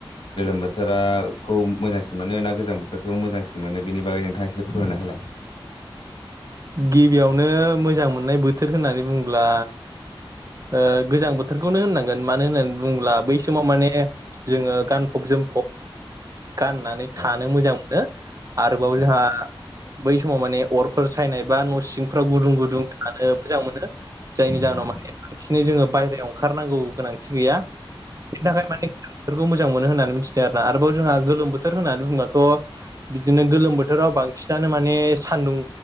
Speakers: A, on the left; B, on the right.
A: गोलोम बोथोराखौ मोजांसिन मोनो ना गोजां बोथोरखौ मोजांसिन मोनो बेनि बागै नोंथाङा एसे फोरमायना होलाय।
B: गिबियावनो मोजां मोननाय बोथोर होननानै बुङोब्ला ओ गोजां बोथोरखौनो होननांगोन मानो होननानै बुङोब्ला बै समाव माने जोङो गानफब जोमफब गाननानै थानो
A: औ
B: मोजां मोनो। आरोबाव जोंहा
A: औ
B: बै समाव माने अरफोर सायनाय बा न' सिं फ्राव गुदुं गुदुं थानो मोजां मोनो जायनि जाहोनाव
A: उम
B: माने बांसिनै जोङो बायहेरायाव ओं खारनांगौ गोनांथि गैया बेनि थाखाय मानेफोरखौ मोजां मोनो होननानै मिथिदों आ रोना आरोबाव जोंहा गोलोम बोथोर होननानै बुङोबाथ' बिदिनो गोलोम बोथोराव बांसिनानो माने सान्दुं